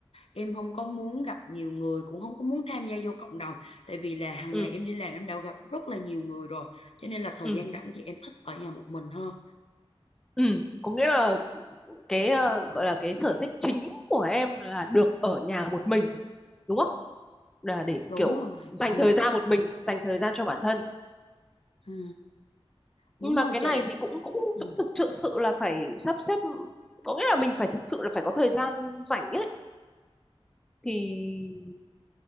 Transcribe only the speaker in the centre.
ừ
ừ
ừ có nghĩa là cái ờ, gọi là cái sở thích chính của em là được ở nhà một mình đúng không là để
kiểu
dành
thời gian một mình dành thời gian cho bản thân
nhưng mà
cái
này thì cũng cũng cũng
thực thực sự là phải sắp xếp có nghĩa là mình phải thực sự là phải có thời gian rảnh ấy thì